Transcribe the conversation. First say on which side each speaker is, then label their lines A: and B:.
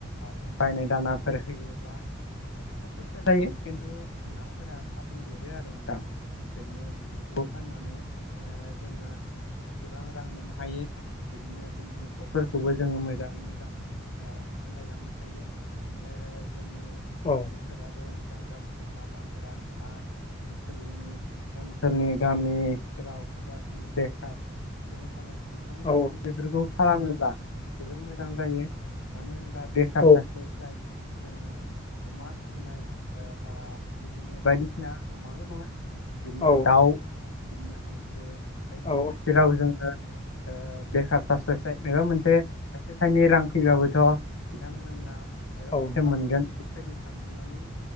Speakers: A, on the left; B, on the left.
A: जों बायनाय दाना फोर होयोब्ला एथ' खरसा जायो खिन्थु नाफोरा थाब देरो आरो नोंथां बिदिनो बिसोरफोरखौ फाननानै जोङो गोबां रां मोननो हायो बिदिनो जों न'खरफोर खौबो जोङो मोजाङै मोजां ओह सामलायलांनो हायो ओह जोंनि
B: औ
A: ओनसोलफोराबो मोजां जाबोयो लामाफोरा बा ओनसोलनि गामिफोराव जाखिनि बेखार सुबुं थानाय बिथांमोना
B: औ
A: जुदि बेफोरखौ खालामोब्ला जोबोर मोजां जायो मानो होनबा बेखार
B: औ
A: थास्लाय स्लाय जोङो अमा फिसिनाय ओह बा बिदिनो बायदिसिना अमाल' नङा बिदिनो
B: औ
A: दाउ बिदिनो हांसो बायदिसिना
B: औ
A: जेराव जोङो ओह बेखार थास्लाय स्लाय माबा मोनसे थाइसे थाइनै रां फैबाबोथ' बिथांमोना मायबा
B: औ
A: मोनसे
B: नोंथां
A: मोनगोन बेफोरबायदि साननानै